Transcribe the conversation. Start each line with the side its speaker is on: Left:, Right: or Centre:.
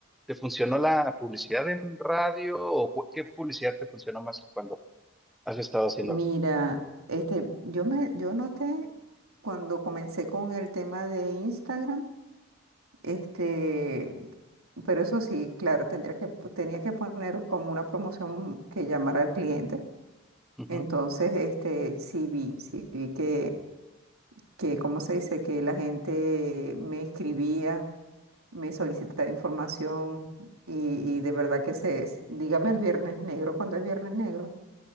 Centre: te funcionó la publicidad en radio o cu- qué publicidad te funcionó más cuando has estado haciéndolo?
Right: Mira, este, yo me, yo noté cuando comencé con el tema de Instagram, este, pero eso sí, claro, tendría que, tenía que poner como una promoción que llamara al cliente.
Centre: Ujú.
Right: Entonces, este, sí vi, sí vi que, que, ¿cómo se dice? Que la gente me escribía me solicitaba información y, y de verdad que se es. Dígame el viernes negro, cuando es viernes negro,